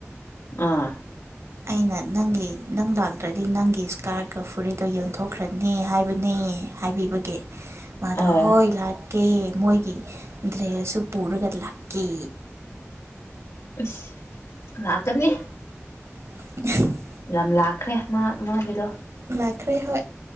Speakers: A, on the left; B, on the right.
A: ꯑꯥ
B: ꯑꯩꯅ ꯅꯪꯒꯤ ꯅꯪ ꯂꯥꯛꯇ꯭ꯔꯗꯤ ꯅꯪꯒꯤ ꯏꯁꯀꯥꯔꯀ ꯐꯨꯔꯤꯗꯣ ꯌꯣꯟꯊꯣꯛꯈ꯭ꯔꯅꯤ ꯍꯥꯏꯕꯅꯦ ꯍꯥꯏꯕꯤꯕꯒꯤꯦ ꯃꯥꯗ
A: ꯑꯥ
B: ꯍꯣꯏ ꯂꯥ ꯀ ꯃꯒꯤ꯭ꯔꯦꯁꯨꯄ ꯄꯨꯔꯒꯗ ꯂꯥꯛꯀꯤ
A: ꯏꯁ ꯂꯥꯛꯀꯅꯤ
B: <unintelligible>
A: ꯌꯥꯝ ꯂꯥꯛꯈ꯭ꯔꯦ ꯃꯥ ꯃꯥꯒꯤꯗꯣ
B: ꯂꯥꯛ꯭ꯔꯦ ꯍ